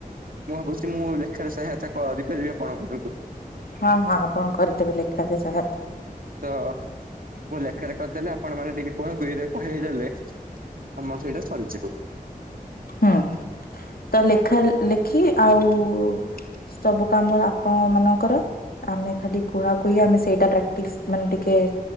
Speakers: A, on the right; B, on the left.
A: ମୁଁ ଭାବୁଛି ମୁଁ ଲେଖାରେ ସହାୟତା କରିପାରିବି ଆପଣଙ୍କୁ ଉଙ୍କୁ।
B: ହଁ ହଁ ଆପଣ କରିଦେବେ ଲେଖାରେ ସାହାୟତ।
A: ତ ମୁଁ ଲେଖାରେ କରିଦେଲେ ଆପଣ ମାନେ ଟିକେ କୁହା କୁହିରେ କହିଦେଲେ। ଆମର ସେଇଟା ସରିଯିବ।
B: ହୁଁ ତ ଲେଖା ଲେଖି ଆଉ ସବୁ କାମର ଆପଣ ମାନଙ୍କର ଆମେ ଖାଲି କୁହାକୁହି ଆମେ ସେଇଟା ପ୍ରାକ୍ଟିସ୍ ମାନେ ଟିକେ